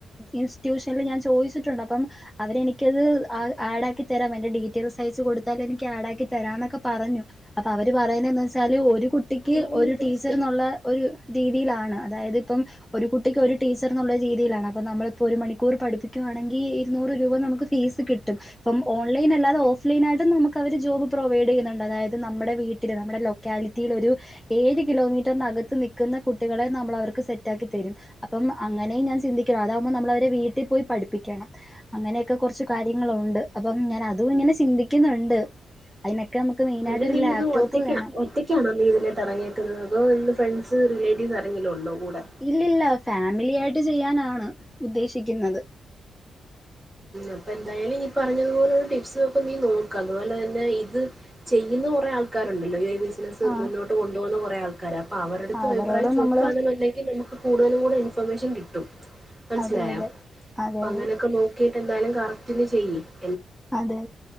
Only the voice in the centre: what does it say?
ഇൻസ്റ്റിറ്റ്യൂഷനിൽ ഞാൻ ചോദിച്ചിട്ടുണ്ട് അപ്പം അവരെനിക്ക് എനിക്കത് ആ ആഡ് ആക്കി തരാം എന്റെ ഡീറ്റെയിൽസ് അയച്ച കൊടുത്താൽ എനിക്ക് ആഡ് ആക്കി തരാം എന്നൊക്കെ പറഞ്ഞു അപ്പൊ അവർ പറയുന്നെന്ന് വെച്ചാല് ഒരു കുട്ടിക്ക്
ഒരു ടീച്ചർന്നുള്ള ഒരു രീതിയിലാണ് അതായത് ഇപ്പം ഒരു കുട്ടിക്ക് ഒരു ടീച്ചർന്നുള്ള രീതിയിലാണ് അപ്പം നമ്മളിപ്പോ ഒരു മണിക്കൂർ പഠിപ്പിക്കുകയാണെങ്കിൽ ഇരുന്നൂറ് രൂപ നമുക്ക് ഫീസ് കിട്ടും ഇപ്പം ഓൺലൈൻ അല്ലാതെ ഓഫ്‌ലൈൻ ആയിട്ടും നമുക്ക് അവര് ജോബ് പ്രൊവൈഡ് ചെയ്യുന്നുണ്ട് അതായത് നമ്മുടെ വീട്ടില് നമ്മുടെ ലൊക്കാലിറ്റിയിൽ ഒരു ഏഴ് കിലോമീറ്ററിനകത്ത് നിൽക്കുന്ന കുട്ടികളെ നമ്മൾ അവർക്ക് സെറ്റാക്കി തെരും അപ്പം അങ്ങനെയും ഞാൻ ചിന്തിക്കണം അതാകുമ്പോൾ നമ്മള അവരെ വീട്ടിൽ പോയി പഠിപ്പിക്കണം അങ്ങനെ ക്കെ കുറച്ച് കാര്യങ്ങളുണ്ട് അപ്പം ഞാൻ അതും ഇങ്ങനെ ചിന്തിക്കുന്നുണ്ട് അതിനൊക്കെ നമുക്ക് മെയിനായിട്ടൊരു
ലാപ്ടോപ്പ്
വേണം
ഇല്ലില്ല ഫാമിലി ആയിട്ട് ചെയ്യാനാണ് ഉദ്ദേശിക്കുന്നത്
ആഹ്
അവരോടും
നമ്മള്
അതെ അതെ അതെ അതെ
അതെ